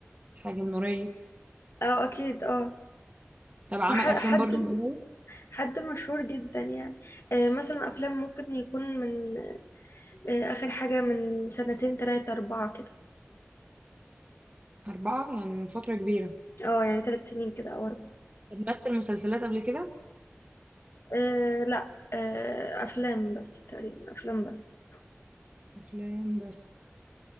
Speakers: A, on the right (about 30°); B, on the left (about 65°).
A: حاجه من قريب
B: اه أكيد اه
A: طب عمل
B: وح-
A: افلام
B: حد
A: برضو من قريب
B: حد مشهور جدا يعني آه، مثلا أفلام ممكن يكون من آه، آخر حاجة من سنتين تلاتة أربعة كده
A: اربعه يعني من فتره كبيره
B: اه يعني تلات سنين كده أو أربعة
A: طب مثل مسلسلات قبل كده
B: آه، لا آه، أفلام بس تقريبا أفلام بس
A: افلام بس